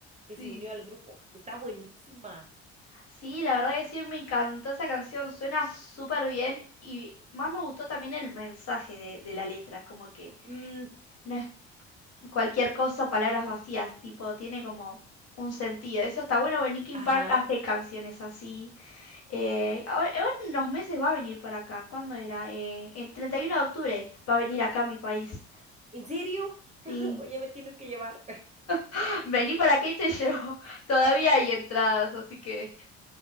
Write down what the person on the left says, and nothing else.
Sí.
Sí, la verdad que sí, me encantó esa canción, suena súper bien y más me gustó también el mensaje de, de la letra, como que
no es cualquier cosa, palabras vacías, tipo, tiene como un sentido. Eso está bueno, porque Linkin
Park hace canciones así. Eh, ahora, ahora en unos meses va a venir por acá, ¿cuándo era? Eh, el 31 de octubre va a venir acá a mi país.
Sí,
<laughs> vení para acá y te llevo. <laughs> Todavía hay entradas, así que